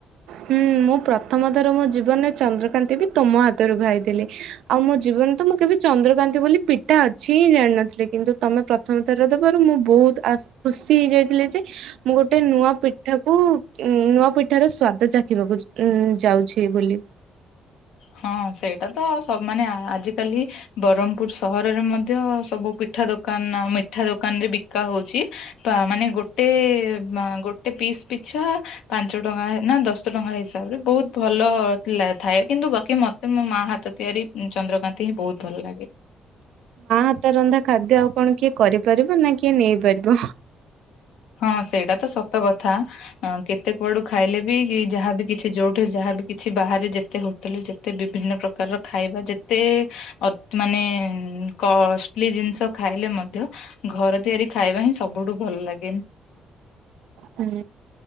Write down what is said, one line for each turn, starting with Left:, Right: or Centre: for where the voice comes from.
Right: ହୁଁ ମୁଁ ପ୍ରଥମଥର ମୋ ଜୀବନରେ ଚନ୍ଦ୍ରକାନ୍ତି ବି ତୁମ ହାତରୁ ଖାଇଥିଲି। ଆଉ ମୋ ଜୀବନରେ ତ ମୁଁ କେବେ ଚନ୍ଦ୍ରକାନ୍ତି ବୋଲି ପିଟା ଅଛି ଜାଣିିନଥିଲି, କିନ୍ତୁ ତମେ ପ୍ରଥମ ଥର ଦେବାରୁ ମୁଁ ବହୁତ ଆ ଖୁସି ଖ ହେଇ ଯାଇଥିଲେ ଯେ ମୁଁ ଗୋଟେ ନୂଆ ପିଠା କ ନୂଆ ପିଠାର ସ୍ଵା ତ ଚାଖିବାକୁ ଉ ଯାଉଛି ବୋଲି।
Left: ହଁ ସେଇଟା ତ ସ ମାନେ ଆଜିକାଲି ବ୍ରହ୍ମପୁର ସହରରେ ମଧ୍ୟ ସବୁ ଠା ଦ ମିଠା ଦାନରେ ବିକା ହୋଇଛି ବା ମାନେ ଗୋଟେ ଗୋଟେ ପିସ୍ ପିଛା ପାଞ୍ଚ ଟଙ୍କା ନା ଦଶ ଟଙ୍କା ହିସାବରେ ବୋହୁତ ଲ ଭଲ ଥାଏ। କିନ୍ତୁ ବାକି ମତେ ମୋ ମା ହାତ ତିଆରି ଚନ୍ଦ୍ରକାନ୍ତି ହିଁ ବୋହୁତ ଭଲ ଲାଗେ।
Right: ହତା ରନ୍ଧା ଖାଦ୍ୟ ଆଉ କଣ କିଏ କରିପାରିବ ନା କିଏ ନେଇପାରିବ।
Left: ହଁ ସେଇଟା ତ ସତ କଥା। ଅଁ କେତେ କୁଆଡୁ ଖାଇଲେ ବି ଯାହାବି କିଛି ଯୋଉଠି ଯାହାବି କିଛି ବାହାରେ ଯେତେ ହୋ ଯେ ତ ବିଭିନ୍ନ ପ୍ରକାରର ଖାଇବା ଯେତେ ଅ ମାନେ କଷ ଜିନିଷ ଖାଇଲେ ମଧ୍ୟ ଘର ତିଆରି ଖାଇବା ହିଁ ସବୁଠୁ ଭଲ ଲାଗେ।
Right: ହୁଁ